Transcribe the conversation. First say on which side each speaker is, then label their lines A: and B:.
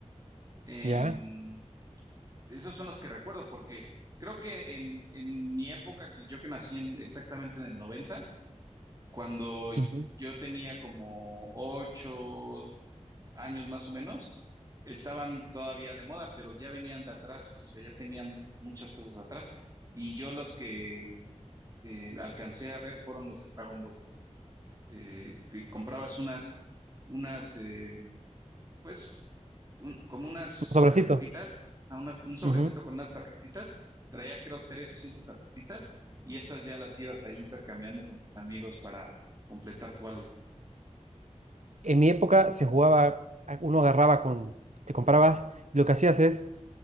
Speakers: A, on the right (about 30°); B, on the right (about 75°).
A: Em,
B: ¿ya?
A: esos son los que recuerdo, porque creo que en, en mi época, que yo que nací en- exactamente en el 90, cuando
B: Ujú. Un
A: yo tenía como ocho años más o menos, estaban todavía de moda, pero ya venían de atrás, o sea, ya tenían muchas cosas atrás. Y yo los que eh, alcancé a ver fueron los de Dragon Ball. Eh, te comprabas unas, unas, eh, pues un- como unas
B: sobrecito.
A: tarjetitas, a unas- un sobrecito
B: Ujú.
A: con unas tarjetitas, traía creo tres o cinco tarjetitas y esas ya las ibas ahí intercambiando con tus amigos para completar tu álbum.
B: En mi época se jugaba, a- uno agarraba con, te comprabas, y lo que hacías es,